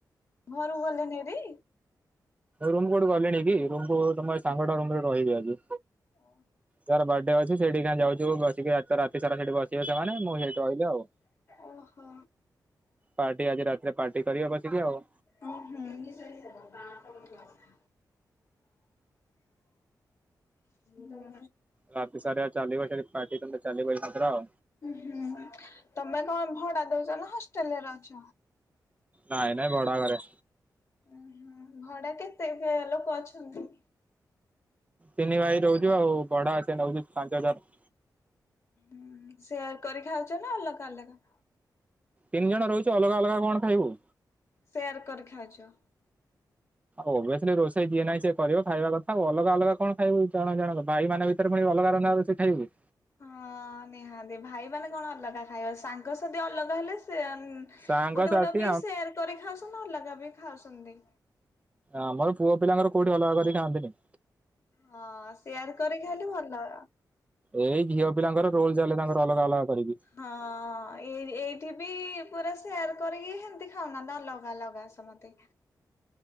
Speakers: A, on the left; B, on the right.
A: ଘରକୁ ଗଲେନି ହେରି?
B: ରୁମ୍ କୋଉଠି ଗଲିଣି କି ରୁମ କୁ ତମ ସାଙ୍ଗ ଟା ରୁମରେ ରହିବି ଆଜି।
A: ଓହୋ।
B: ଯାର ବାର୍ଥଡେ ଅଛି ସେଇଠି କା ଯାଉଛୁ ବସିକି ରାତି ସାରା ସେଠି ବସ <unintelligible> ସେମାନେ ମୁଁ ସେଇଠି ରହିଲେ ଆଉ।
A: ଓହୋ।
B: ପାର୍ଟି ଆଜି ରାତିରେ ପାର୍ଟି କରିବ ବସିକି ଆଉ।
A: ଉଁ ହୁଁ। <inaudible> ହୁଁ
B: ରାତି ସାରା ଆଉ ଚାଲିବ ସେଠି ପାର୍ଟି ତମର ଚାଲିବ ଏଇନା ପୁରା ଆଉ
A: ହୁଁ ତମେ କଣ ଭଡା ଦଉଛ ନା ହଷ୍ଟେଲ ରେ ରହୁଛ?
B: ନାଇଁ ନାଇଁ ଭଡା ଘରେ।
A: ଉ ହୁଁ ଭଡା କେତେ ଲୋକ ଅଛନ୍ତି?
B: ତିନି ଭାଇ ରହୁଛୁ ଆଉ ବଢା ସେ ନଉଛି ପାଞ୍ଚ ହଜାର।
A: ହଁ ସେୟାର୍ କରି ଖାଉଛ ନା ଅଲଗା ଅଲଗା?
B: ତିନି ଜଣ ରହୁଚୁ ଅଲଗା ଅଲଗା କଣ ଖାଇବୁ?
A: ସେୟାର କରି ଖାଉଛ।
B: ଓବିଅସଲି ରୋଷେଇ ଯିଏ ନାହିଁ ସିଏ ଖାଇବା କଥା ଆଉ ଅଲଗା ଅଲଗା କଣ ଖାଇବୁ ଜଣ ଜଣ ଭାଇ ମାନ ବି ପୁଣି ଅଲଗା ରନ୍ଧା ହେଉଛି ଖାଇବୁ?
A: ହଁ ନିହାତି ଭାଇମାନେ କଣ ଅଲଗା ଖାଇବ ସାଙ୍ଗସଥି ଅଲଗା ହେଲେ ସେନ୍
B: ସାଙ୍ଗସାଥି
A: ଗୋଟେ ଗୋଟେ ବି ସେୟାର କରି ଖାଉଛନ୍ତି ଅଲଗା ବି ଖାଉଛନ୍ତି।
B: ଆମର ପୁଅ ପିଲାଙ୍କର କୋଉଠିଅଲଗାକରି ଖଆନ୍ତିନି।
A: ହଁ ସେୟାର କରିକି ଖାଇଲେ ଭଲ।
B: ଏଇ ଝିଅ ପିଲାଙ୍କର ରୋଲ ଚାଲେ ତାଙ୍କର ଅଲଗା ଅଲଗା କରିକି।
A: ହଁ ଏଇ ଏଇଠି ବି ପୁରା ସେୟାର କରିକି ସେମତି ଖାଉନାହାନ୍ତି ଅଲଗା ଅଲଗା ସମସ୍ତେ।